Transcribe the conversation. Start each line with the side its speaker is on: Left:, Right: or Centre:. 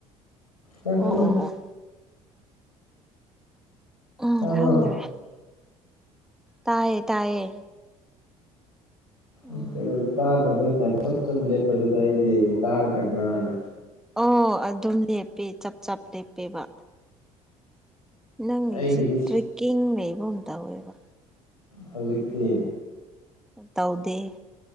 Left: ꯑꯗꯨꯈꯣꯏ
Centre: ꯑꯣ ꯑꯣ
Left: <unintelligible>
Centre: ꯑꯣ ꯎꯝ
Left: ꯇꯕ꯭ꯔꯣ
Centre: ꯈꯪꯗ꯭ꯔꯦ ꯇꯥꯏꯌꯦ ꯇꯥꯏꯌꯦ ꯎꯝ
Left: ꯎ ꯀꯩꯅꯣ ꯇꯥꯗꯕꯩ ꯇꯥꯏꯞꯇ ꯆꯞ ꯆꯞ ꯂꯦꯞꯄꯗꯨꯗ ꯑꯩꯗꯤ ꯇꯥꯗ꯭ꯔꯕ꯭ꯔꯥꯅ
Centre: ꯑꯣ ꯑꯗꯨꯝ ꯂꯦꯞꯄꯦ ꯆꯞ ꯆꯞ ꯂꯦꯞꯄꯦꯕ ꯅꯪꯒꯤꯁꯤ
Left: ꯑꯩꯒꯤꯗꯤ
Centre: ꯇ꯭ꯔꯦꯛꯀꯤꯡ ꯂꯩꯕ ꯑꯃ ꯇꯧꯋꯦꯕ
Left: ꯍꯧꯖꯤꯛꯇꯤ
Centre: ꯇꯧꯗꯦ